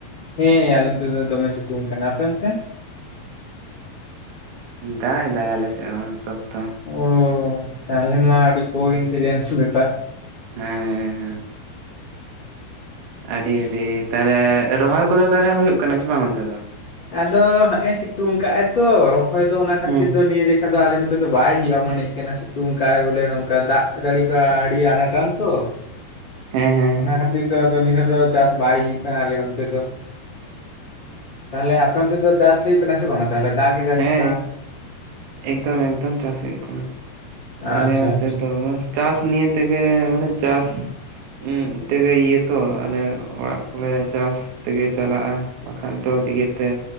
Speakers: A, on the left; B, on the right.
A: ᱦᱮᱸ ᱟᱞᱮ ᱱᱚᱛᱮ ᱫᱚ ᱫᱚᱢᱮ ᱥᱤᱛᱩᱝ ᱠᱟᱱᱟ ᱾ᱟᱯᱮ ᱚᱱᱛᱮ?
B: ᱫᱟᱜ ᱮᱫᱟᱭ ᱟᱞᱮ ᱥᱮᱜ ᱢᱟ ᱥᱚᱠᱛᱚ᱾
A: ᱳ ᱛᱟᱦᱞᱮ ᱢᱟ ᱠᱚ-ᱤᱱᱥᱤᱨᱤᱭᱟᱱᱥ
B: ᱦᱩᱸ,
A: ᱨᱮ ᱫᱟᱜ
B: ᱦᱮᱸ ᱦᱮᱸ ᱦᱮᱸ᱾ ᱟᱹᱰᱤ ᱟᱹᱰᱤ ᱛᱟᱦᱞᱮ ᱨᱚᱦᱚᱭ ᱠᱚᱼᱫᱚ ᱛᱟᱦᱞᱮ ᱦᱩᱭᱩᱜ ᱠᱟᱱᱟ ᱪᱮ ᱵᱟᱝ ᱚᱱᱛᱮ ᱫᱚ
A: ᱟᱫᱚ ᱦᱮᱸᱜᱼᱮ ᱥᱤᱛᱩᱝ ᱠᱟᱜᱼᱟᱭ ᱛᱚ, ᱨᱚᱦᱚᱭ ᱫᱚ ᱚᱱᱟ ᱠᱷᱟᱹᱛᱤᱨ
B: ᱦᱩᱸ
A: ᱫᱚ ᱱᱤᱭᱟᱹ ᱮᱠᱷᱟ ᱫᱚ ᱟᱞᱮ ᱱᱚᱛᱮ ᱫᱚ ᱵᱟᱭ ᱦᱩᱭᱩᱜᱼᱟ᱾ ᱢᱚᱱᱮ ᱠᱟᱱᱟ, ᱥᱤᱛᱩᱝ ᱠᱟᱜ ᱟᱭ ᱵᱚᱞᱮ ᱱᱚᱝᱠᱟ, ᱫᱟᱜ ᱡᱟᱹᱲᱤ ᱠᱚ ᱟᱹᱰᱤ ᱟᱱᱟᱴᱱ ᱛᱚ᱾
B: ᱦᱮᱸ ᱦᱮᱸ ᱦᱮᱸ
A: ᱚᱱᱟ ᱠᱷᱟᱹᱛᱤᱨ ᱫᱚ ᱱᱤᱛᱚᱜ ᱫᱚ, ᱪᱟᱥ ᱵᱟᱭ ᱦᱩᱭᱩᱜ ᱠᱟᱱᱟ᱾ ᱟᱞᱮ ᱱᱚᱱᱛᱮ ᱫᱚ᱾ ᱛᱟᱦᱚᱞᱮ ᱟᱯᱮ ᱚᱱᱛᱮ ᱫᱚ ᱪᱟᱥ ᱦᱩᱭᱩᱜ ᱠᱟᱱᱟ, ᱥᱮ ᱵᱟᱝᱟ ᱛᱟᱦᱞᱮ ᱫᱟᱜᱽ ᱮᱫᱟ
B: ᱦᱮᱸ
A: ᱱᱚᱝᱠᱟ?
B: ᱮᱠᱫᱚᱢ - ᱮᱠᱫᱚᱢ ᱪᱟᱥ ᱦᱩᱭᱩᱜ ᱠᱟᱱᱟ᱾ ᱟᱞᱮ
A: ᱟᱪᱪᱷᱟ
B: ᱱᱚᱛᱮ
A: ᱟᱪᱪᱷᱟ
B: ᱫᱚᱢᱮ ᱪᱟᱥ ᱱᱤᱭᱮ ᱛᱮᱜᱮ ᱢᱟᱱᱮ ᱪᱟᱥ ᱩᱸᱜ ᱛᱮᱜᱮ ᱤᱭᱟᱹ ᱛᱚ ᱟᱞᱮ ᱚᱲᱟᱜ ᱠᱚᱞᱮ ᱪᱟᱥ ᱛᱮᱜᱮ ᱪᱟᱞᱟᱜᱼᱟ᱾ ᱵᱟᱠᱷᱟᱱ ᱫᱚ ᱪᱤᱠᱟᱹᱛᱮ